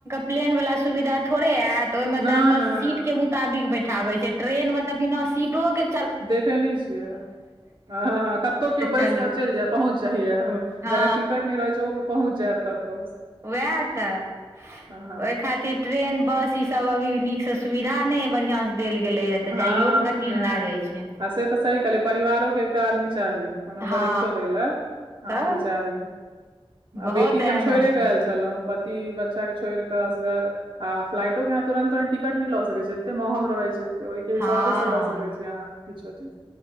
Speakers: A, on the right; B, on the right.
A: प्लेन वला सुविध थोड़े ऐत ओहिमे
B: न
A: तऽ बस
B: न
A: सीट
B: न
A: के बुक मुताबिक बैठाबे छै ट्रेन मे तऽ बिना सीटो के
B: देखैनय छियै ह ह कतौ कियो
A: तऽ
B: बैस
A: चलू
B: कऽ चैल जाय पहुँच जाहिये
A: हँ
B: जकरा टिकट नै रहैय छै उ पहुँच जेत कतौ
A: उएह तऽ
B: हँ
A: ओय खातिर ट्रेन बस इ सब अभी नीक से सुविधा नै बढ़िया स देल गेले या तऽ
B: हँ,
A: जाइयो मे कठिन
B: नहि
A: लागै छै
B: आ से तऽ सही कहै परिवारो के एकटा आदमी चाही कोनो
A: हँ
B: परीक्षो दै लए अहाँके
A: तऽ
B: चाही आ
A: बहुत
B: बेटी के
A: एहिमे
B: हम छोइरेक
A: अथी
B: ऐल छलौ कि बच्चा के छोड़ के असगर आ फ्लाइटो के अहा तुरंत तुंरत टिकट न नय ल सके छै एते महग रहे छै ओहिके
A: हँ
B: हिसाबे से लऽ सकैत छी अहाँ किछो चीज